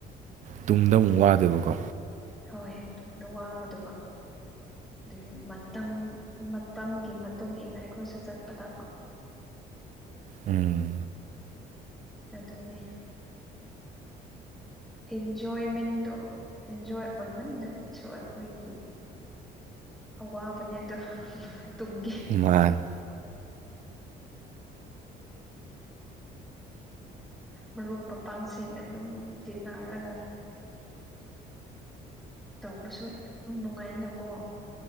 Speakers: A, on the right; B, in the centre.
A: ꯇꯨꯡꯗ ꯑꯃꯨꯛ ꯋꯥꯗꯨꯏꯕꯀꯣ
B: ꯍꯣꯏ ꯇꯨꯡꯗ ꯋꯥꯒꯗꯣꯏꯕ ꯑꯗꯨꯏꯒꯤ ꯃꯇꯝ ꯃꯇꯝꯒꯤ ꯃꯇꯨꯡ ꯏ ꯃꯇꯨꯡꯏꯟꯅ ꯑꯩꯈꯣꯏꯁꯨ ꯆꯠꯄ ꯇꯥꯕ
A: ꯎꯝ
B: ꯑꯗꯨꯅꯦ ꯑꯦꯟꯖꯣꯏꯃꯦꯟꯗꯨ ꯑꯦꯟꯖꯣꯏ ꯑꯣꯏꯃꯟꯅꯁꯨ ꯑꯩꯈꯣꯏꯒꯤ ꯑꯋꯥꯕꯅꯦ ꯑꯗꯣ ꯇꯨꯡꯒꯤ
A: ꯃꯥꯟ
B: ꯃꯔꯨꯞ ꯃꯄꯥꯡꯁꯤꯡ ꯑꯗꯨꯝ ꯇꯤꯟꯅꯔꯒ ꯇꯧꯕꯁꯨ ꯌꯥꯝ ꯅꯨꯡꯉꯥꯏꯅꯀꯣ